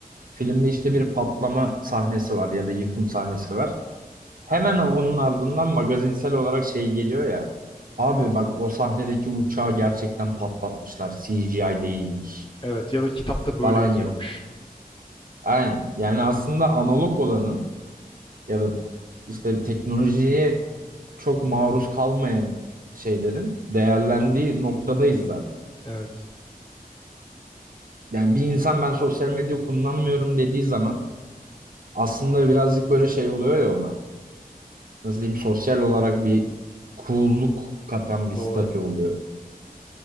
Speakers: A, on the right; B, on the left.
A: Filmde işte bir patlama sahnesi var ya da yıkım sahnesi var. Hemen onun ardından magazinsel olarak şey geliyor ya. Abi bak o sahnedeki uçağı gerçekten patlatmışlar. CGI değilmiş
B: Evet ya da kitapta böyle
A: falan
B: yazıyormuş.
A: yok. Aynen. Yani aslında analog olanın ya da işte teknolojiye çok maruz kalmayan şeylerin değerlendiği noktadayız zaten.
B: Evet.
A: Yani bir insan ben sosyal medya kullanmıyorum dediği zaman aslında birazcık böyle şey oluyor ya ona. Nasıl diyeyim sosyal olarak bir coolluk katan bir
B: Doğru.
A: statü oluyor.